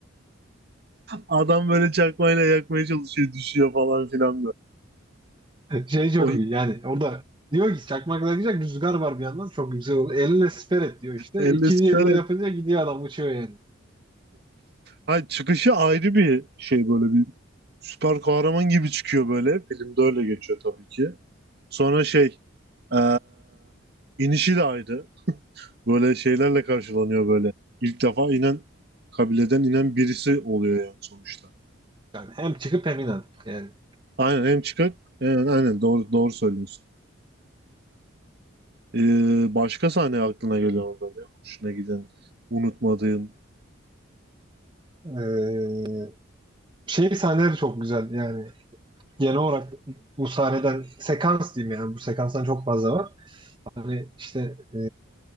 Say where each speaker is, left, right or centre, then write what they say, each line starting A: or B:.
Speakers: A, on the right; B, on the right.
A: Adam böyle çakmayla yakmaya çalışıyor. Düşüyor falan filan böyle.
B: Şey çok
A: O
B: iyi yani. Orada diyor ki çakmakla gidecek rüzgar var bir yandan. Çok güzel oldu. Eline siper et diyor işte.
A: elle
B: İkinci
A: sıçarak.
B: eline yapınca gidiyor adam uçuyor yani.
A: Ha, çıkışı ayrı bir şey böyle bir süper kahraman gibi çıkıyor böyle. Filmde öyle geçiyor tabii ki. Sonra şey e, inişi de ayrı. <laughs> Böyle şeylerle karşılanıyor böyle. İlk defa inen kabileden inen birisi oluyor yani sonuçta.
B: Yani hem çıkıp hem inen. Yani.
A: Aynen hem çıkık. Evet, aynen doğru doğru söylüyorsun. Ee, başka sahne aklına geliyor mu böyle? Hoşuna giden, unutmadığın.
B: Ee, şey sahneleri çok güzel yani. genel olarak bu sahneden sekans diyeyim yani bu sekanstan çok fazla var. Hani işte e,